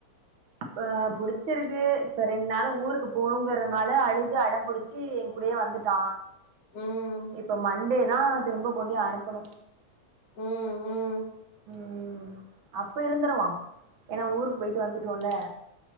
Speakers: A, on the right; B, on the left.
A: அ புடிச்சிருக்கு இப்ப ரெண் நாளு ஊருக்கு போகணுங்கறனால அழுது அடம் புடி சி என் கூடயே வந்துட்டா
B: ம்.
A: இப்ப மண்டே தா திரும்ப கொண்டு அனுப்பனு
B: ம் ம்
A: ம் அப்ப இருந்துருவா ஏன்னா ஊருக் போயிட்டு வந்துட்டோல